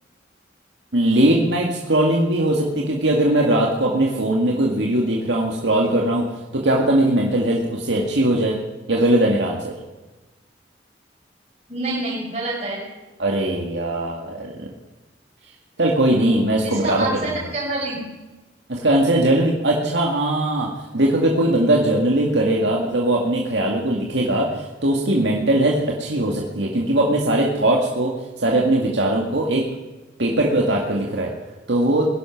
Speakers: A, on the right; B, on the right.
A: लेट नाइट स्क्रॉलिंग भी हो सकती है क्योंकि अगर मैं रात को अपने फ़ोन में कोई वीडियो देख रहा हूँ स्क्रॉल कर रहा हूँ तो क्या पता मेरी मेंटल हेल्थ उससे अच्छी हो जाए या गलत है मेरा आंसर
B: नहीं नहीं गलत है
A: अरे यार चल कोई नहीं मैं इसको
B: इसका
A: बराबर
B: आंसर
A: कर दूंगा
B: है जनरलिंग
A: इसका आंसर है जर्नलिंग अच्छा हाँ देखो अगर कोई बंदा जर्नलिंग करेगा मतलब वो अपने ख्यालों को लिखेगा तो उसकी मेंटल हेल्थ अच्छी हो सकती है क्योंकि वो अपने सारे थॉट्स को सारे अपने विचारों को एक पेपर पे उतार कर लिख रहा है तो वो